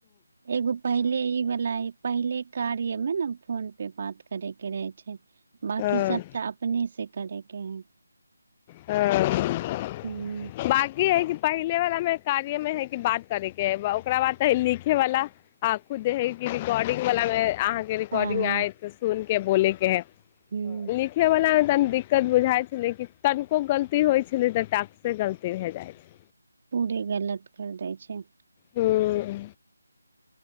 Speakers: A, on the right; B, on the left.
A: एगो पहिले ई बला। पहिले कार्य मे ने फोन पे बात करे के रहे छै बाकी
B: हँ
A: सब तऽ। अपने से करैके हइ।
B: हँ
A: हूँ
B: बाकी है की। पहिले वला मे कार्य मे है कि बात करेके ह ओकरा बाद लिखे वाला। आ खुद है रिकॉर्डिंग वालला मे अहाँ। रिकॉर्डिंग
A: हँ हँ
B: आय त सुन के बोलेके है
A: हूँ
B: लिन। सिखैवलामे तनी दिक्कत बुझाइ छलै कि तनिको गलती होइ छलै तऽ टाक्स से गलती भए जाइ छल।
A: पूरे गलत करि दै छै।
B: हूं।